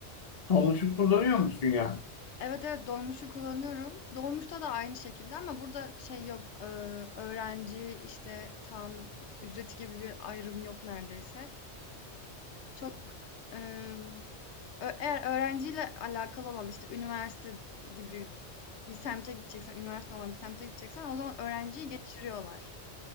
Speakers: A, on the left (about 35°); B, on the left (about 75°).
A: Dolmuşu kullanıyor musun yani?
B: Evet, evet, dolmuşu kullanıyorum. Dolmuşta da aynı şekilde ama burada şey yok, eee, öğrenci, işte, tam ücreti gibi bir ayrım yok neredeyse. Çok, emm, ö eğer öğrenciyle alakalı olan, işte, üniversite gibi bir semte gideceksen, üniversite olan bir semte gideceksen o zaman öğrenciyi geçiriyorlar